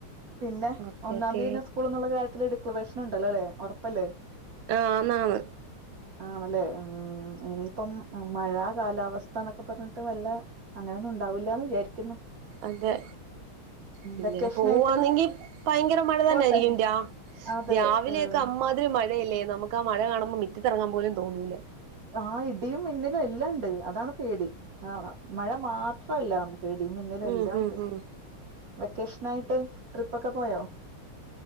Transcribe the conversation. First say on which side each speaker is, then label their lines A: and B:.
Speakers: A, on the right; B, on the right.
A: പിന്നെ
B: ഓക്കെ
A: ഒന്നാതീയന്നേ
B: ഓക്കെ
A: സ്കൂളെന്നുള്ള കാര്യ <unintelligible> ഡിക്ലറേഷൻ ഇണ്ടല്ലോല്ലെ ഒറപ്പല്ലേ
B: ആ ന്നാന്ന്
A: ആണ്ലേ ഉം ഉം ഇനിയിപ്പം ഉം മഴ കാലാവസ്ഥാന്നൊക്കെ പർഞ്ട്ട് വല്ല അങ്ങനെന്നുണ്ടാവുല്ലാന്ന് വിചാര് ക്ക്ന്നു
B: അതെ പിന്നെന്
A: വെക്കേഷനായിട്ട്
B: പോവാന്നെങ്കി ഭയ്ങ്കര മഴ
A: പോട്ടെ
B: തന്നായ്രിക്കും രാ
A: അതെ
B: രാവിലെയൊക്കെ
A: ഏഹ്,
B: അമ്മാതിരി മഴയല്ലേ നമുക്ക് ക്ക മഴ കാണുമ്പോ മിറ്റത്തിറങ്ങാൻ പോലും തോന്നൂല
A: ആ ഇടിയും മിന്നലും എല്ലാണ്ട് അതാണ് പേടി ആ മഴ മാത്രല്ല ടി മിന്നല്
B: ഉം
A: എല്ലാണ്ട്
B: ഹും ഹും
A: വെക്കേഷ് നൈട്ട് ട്രിപ്പൊക്കെ പോയോ